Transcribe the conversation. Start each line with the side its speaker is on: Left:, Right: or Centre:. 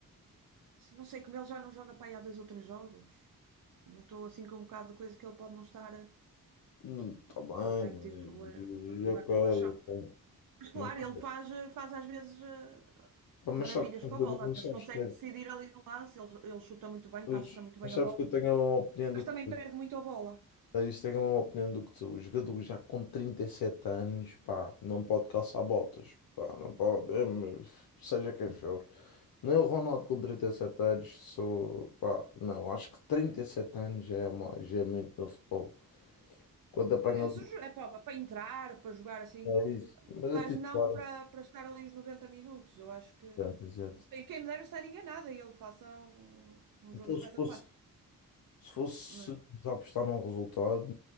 Right: Se- Não sei como ele já não joga para aí há dois ou três jogos. Eu estou assim com um bocado de coisa que ele pode não estar. eh,
Left: Não, está
Right: porque
Left: bem,
Right: Ele tem
Left: mas,
Right: tido proble- problemas na
Left: ok,
Right: coxa.
Left: ok.
Right: Mas claro,
Left: Não, ok.
Right: ele faz, eh, faz às vezes eh,
Left: Pá, Mas
Right: maravilhas
Left: sabes que é
Right: com
Left: um jogador,
Right: a bola.
Left: mas
Right: Às vezes
Left: sabes
Right: consegue
Left: que é.
Right: decidir ali no lance. Ele, ele chuta muito bem,
Left: Pois,
Right: passa muito bem
Left: mas sabes
Right: a bola.
Left: que eu tenho a mesma opinião do
Right: Mas também
Left: que tu.
Right: perde muito a bola.
Left: Ah, Isto é uma opinião do que tu, o jogador já com 37 anos, pá, não pode calçar botas, pá, não pode, é, mas seja quem for. Nem o Ronaldo com 37 anos, sou, pá, não, acho que 37 anos já é, uma, já é muito no futebol. Quando apanhas
Right: É, se jo- é para, para entrar, para jogar assim.
Left: o país, mas a
Right: Mas
Left: titular
Right: não para, para estar ali os 90 minutos. Eu acho que.
Left: já, já.
Right: E Quem me dera estar enganada e ele faça um, um
Left: Então,
Right: jogo espetacular.
Left: se fosse, se fosse
Right: Mas
Left: apostar num resultado,